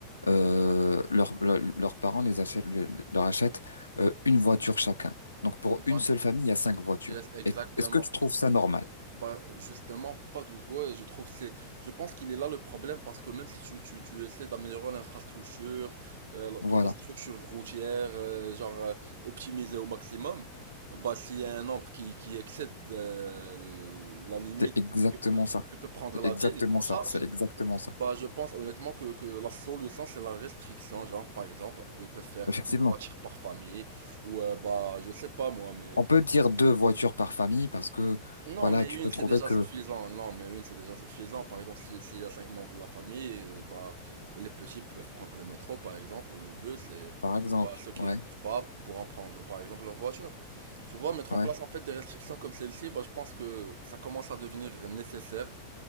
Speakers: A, on the left; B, on the right.
A: euh, leur- leur- leurs parents les achètent, le- leur achètent euh, une voiture chacun. Donc, pour une
B: Ouais,
A: seule famille, il y a cinq voitures.
B: yes, exactement.
A: Et- Est-ce que tu trouves ça normal?
B: Bah, justement, pas du tout. Et je trouve que c'est, je pense qu'il est là le problème parce que même si tu, tu, tu essaies d'améliorer l'infrastructure, euh, la-
A: Voilà.
B: toute la structure routière, euh, genre euh, optimiser au maximum, bah, s'il y a un nombre qui, qui excède euh, la limite
A: C'est exactement
B: que, que peut,
A: ça.
B: que peut prendre
A: C'est
B: la
A: exactement
B: ville en
A: ça.
B: charge,
A: C'est exactement ça.
B: bah, je pense honnêtement que, que la solution c'est la restriction. Genre, par exemple, ils peuvent faire
A: Effectivement.
B: une voiture par famille ou, euh, bah, je sais pas moi, mais.
A: On peut dire deux voitures par famille parce que,
B: Non,
A: voilà,
B: mais
A: tu
B: une,
A: peux
B: c'est
A: trouver
B: déjà
A: que,
B: suffisant. Non, mais une, c'est déjà suffisant. Par exemple, si- s'il y a cinq membres de la famille, euh, bah, les petits peuvent prendre le métro, par exemple, ou le bus, et
A: par exemple,
B: bah, ceux qui
A: ouais,
B: ne peuvent pas pourront prendre, par exemple, leur voiture. Tu vois, mettre en
A: ouais,
B: place, en fait, des restrictions comme celle-ci, bah, je pense que ça commence à devenir nécessaire